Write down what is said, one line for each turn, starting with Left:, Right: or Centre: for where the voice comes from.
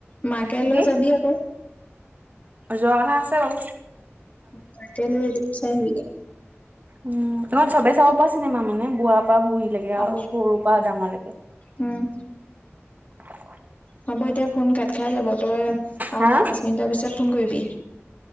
Left: মাকে লৈ
Right: কি
Left: যাবি আকৌ।
Right: যোৱা কথা আছে বাও।
Left: তাকে ন এদিন চাই আহিবি গে
Right: উম এইখন চবেই চাব পৰা চিনেমা মানে। বুঢ়া পা বুঢ়ী লৈকে
Left: চাব
Right: আও সৰুৰ পৰা ডাঙৰ লৈকে।
Left: উম
Right: <inaudible>
Left: হ'ব দিয়া ফোন কাট খাই যাব তই আৰু
Right: হা
Left: পাঁচ মিনিটৰ পিছত ফোন কৰিবি।